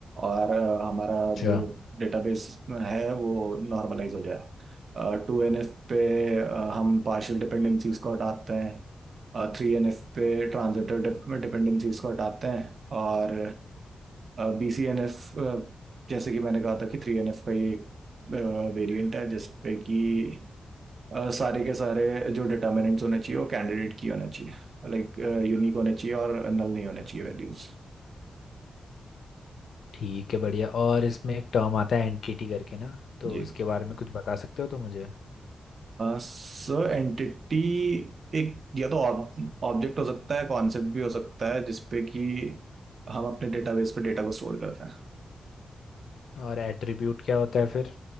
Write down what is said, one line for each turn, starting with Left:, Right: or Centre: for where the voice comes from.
Right: और अ, हमारा
Left: अच्छा
Right: जो डेटाबेस है वो नॉर्मलाइज हो जाए टू एन एफ पे अ, हम पार्शियल डिपेंडेंसीज को हटाते हैं थ्री एन एफ पे ट्रांजिटिव डिपेंडेंसीज को हटाते हैं और बी सी एन एफ जैसे कि मैंने कहा था कि थ्री एन एफ का ये वेरिएंट है जिसपे कि अ, सारे के सारे जो डिटर्मिनेंट्स होने चाहिए वो कैंडिडेट की होने चाहिए लाइक यूनिक होने चाहिए और नल नहीं होने चाहिए वैल्यूज
Left: ठीक है बढ़िया और इसमें एक टर्म आता है एंटिटी करके ना तो
Right: जी
Left: इसके बारे में कुछ बता सकते हो तो मुझे
Right: सर एंटिटी एक या तो ऑब्जेक्ट हो सकता है कॉन्सेप्ट भी हो सकता है जिसपे कि हम अपने डेटाबेस पे डेटा को स्टोर करते
Left: और एट्रीब्यूट क्या होता है फिर